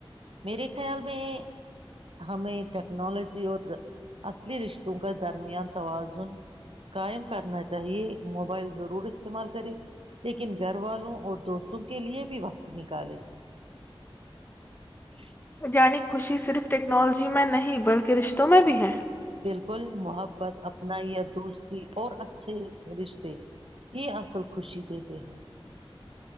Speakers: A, on the right; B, on the left.
A: میرے خیال میں ہمیں ٹیکنالوجی اور اصلی رشتوں کا درمیان توازن قائم کرنا چاہیے موبائل ضرور استعمال کرے لیکن گھر والوں اور دوستوں کے لیے بھی وقت نکالے ج
B: یعنی خوشی صرف ٹیکنالوجی میں نہیں بلکہ رشتوں میں بھی ہے
A: بالکل محبت اپنا یا دوستی اور اچھے رشتے کی اصل خوشی دیتے ہیں